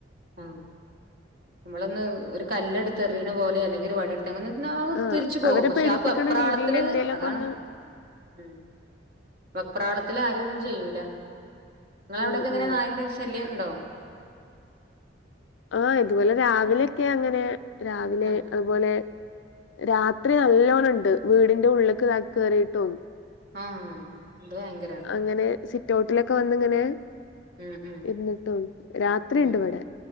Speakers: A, on the right; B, on the left.
A: ആ നമ്മളൊന്ന് ഒരു കല്ല് എടുത്ത് എറിയണ പോലെ അല്ലെങ്കിൽ ഒരു വടിയെടു <unintelligible>
B: ആഹ്
A: തിരിച്ചു പോവും
B: അവരെ
A: പക്ഷെ
B: പേടിപ്പിക്കണ
A: ആ വെപ്രാളത്തില്
B: രീതിയിൽ എന്തേലൊക്കെ
A: അതാണ്
B: ഒന്ന്
A: ആഹ് വെപ്രാളത്തില് ആരെ ഒന്നും ചെയ്യൂല നിങ്ങളെ
B: ഉം
A: അവിടൊക്കെ എങ്ങനെ
B: ഉം
A: നായിന്റെ ശല്യം ഇണ്ടോ
B: ആ ഇതുപോലെ രാവിലെയൊക്കെ അങ്ങനെ രാവിലെ
A: ആഹ്
B: അതുപോലെ രാത്രി നല്ലവണ്ണം ഉണ്ട് വീടിന്റെ ഉള്ളിക്ക് ക കയറിട്ടും.
A: ആഹ് അത് ഭയങ്കരാണ്
B: അങ്ങനെ സിറ്റൗട്ടിലെ ക്കെ വന്നിങ്ങനെ
A: ഉം ഉം
B: ഇരുന്നിട്ടും രാത്രിണ്ട്
A: മ്
B: ഇവിടെ